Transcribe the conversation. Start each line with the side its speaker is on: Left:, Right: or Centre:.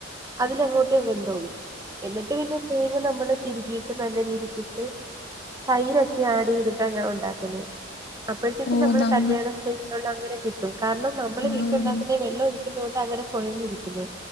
Right: അതിലങ്ങോട്ട് വെന്തോളും, എന്നിട്ട് പിന്നെ തേങ്ങ നമ്മള് തിര കീട്ട് നല്ല രീതിക്കിട്ട് തൈരൊക്കെ ആഡ് ചെയ്തിട്ടാ ഞാൻ ഉണ്ടാക്കുന്നെ. അപ്പോഴത്തേക്കും
Left: ഓഹ്
Right: നമ്മള്
Left: നമ്മൾ
Right: കല്യാണ സ്റ്റൈലിലൊള്ള തരെ കിട്ടും കാരണം നമ്മള്
Left: ആവൂല്ലേ.
Right: വീട്ടിലുണ്ടാക്കുന്നേ വെള്ളം ഒഴി തിനോണ്ട് അങ്ങനെ കൊഴഞ്ഞിരിക്കില്.